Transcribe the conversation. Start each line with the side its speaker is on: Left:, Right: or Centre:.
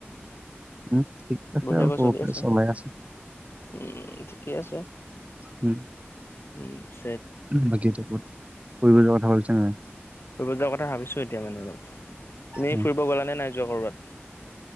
Right: উম, ঠিক আছে
Left: বঢ়িয়াকৈ
Right: আৰু পৰসিলে
Left: চলি আছে?
Right: সময় আছো।
Left: উম, ঠিকে আছে।
Right: উম,
Left: উম, চ
Right: বাকী এতিয়া কত ফুৰিব যোৱাৰ কথা ভাবিছা নে নাই।
Left: ফুৰিব যোৱাৰ কথা ভাবিছো এতিয়া মানে তুমি
Right: উম,
Left: ফুৰিব গ'লানে নাই যোৱা ক'ৰবাত।